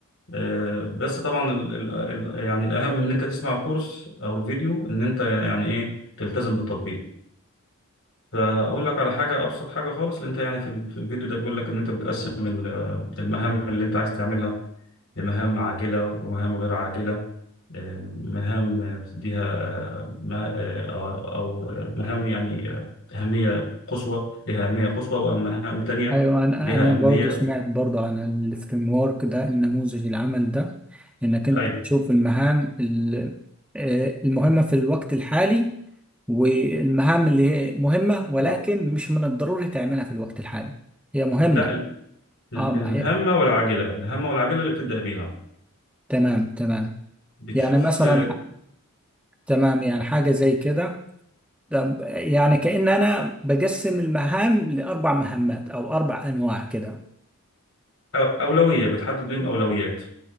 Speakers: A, on the left (about 65°); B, in the centre.
A: آه، بس طبعا ال ال ال- يعني الاهم من ان انت تسمع الكورس او الفيديو ان انت يعني ايه تلتزم بالتطبيق فاقول لك على حاجة ابسط حاجة خالص اللي انت يعني في ال- في الفيديو ده بيقول لك ان انت بتقسم ال- المهام اللي انت عايز تعملها لمهام عاجلة ومهام غير عاجلة آه، مهام آه، بتديها آه، ما- آه، آه، أو آه، مهام يعني آه، أهمية قصوى لها أهمية قصوى ومهام تانية
B: أيوة أنا
A: لها
B: أنا
A: أهمية
B: برضه سمعت برضه عن الفريم ورك ده النموذج العمل ده إنك أنت
A: أي
B: تشوف المهام ال- آه، المهمة في الوقت الحالي والمهام اللي هي مهمة ولكن
A: و...
B: مش من الضروري تعملها في الوقت الحالي هي مهمة
A: لا ال- ال-
B: اه ما
A: الهامة
B: هي
A: والعاجلة الهامة والعاجلة اللي بتبدأ بيها
B: تمام تمام
A: بتشوف
B: يعني مثلا
A: آه،
B: ح- تمام يعني حاجة زي كده طب يعني كأن أنا بقسم المهام لأربع مهمات أو أربع أنواع كده
A: أو- أولوية بتحدد لهم أولويات